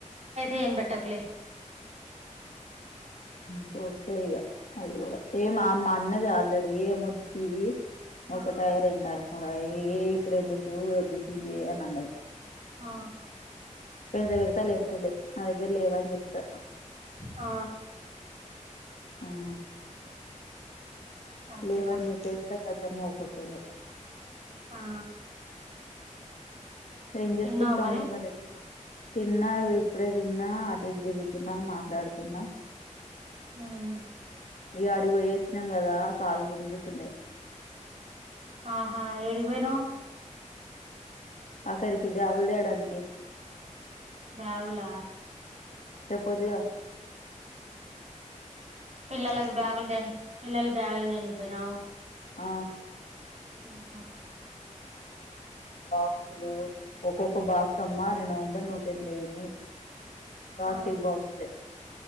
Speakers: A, on the right (about 55°); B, on the left (about 80°).
A: అయితే ఏం బేట్టకులే
B: పూస్తాయి ఇగా అది గూడా ఏమి మా అన్నది ఆల్రెడీ ఏమొద్దుతియీ ఒకటయి
A: ఆ
B: రెండ ముడాయి ఇప్పుడు ఎందుకు వద్దు తియ్యి అని అన్నది
A: ఆ
B: పెడతే పెడతా లేకుంటే లేదు నా దగ్గర లేవానీ చెప్తా
A: ఆ
B: ఉ
A: అంతే
B: లేవాని
A: పట్టు
B: చెప్పేస్తా కతమ్ ఉకుంట ఇగ
A: ఆ
B: ఏం చేస్తుండు
A: తిన్నావా
B: తమ్ముడు
A: మరి
B: మరీ ఎటుపో తిన్నా ఇప్పుడే తిన్నా అటు ఇటు తిరుగుతున్నా మాట్లాడుతున్నా
A: ఉమ్
B: ఇగా అడిగి పోయొచ్చినాం కదా కాలు గుంజుతున్నాయి
A: ఆహా ఏడికి పోయినావ్
B: అక్కడికి బ్యాగులు తేయడానికి
A: బ్యాగుల
B: చెప్పదుగా
A: పిల్లకి బ్యాగులు దేని పిల్లల బ్యాగులు దేనికి పోయినావు
B: ఆ
A: ఉమ్ హ
B: అసలు ఒక్కొక్క బాక్స్ అమ్మా రెండు వందల నూట ఎనభైఉన్నాయి ప్లాస్టిక్
A: ఆ
B: బాక్స్లే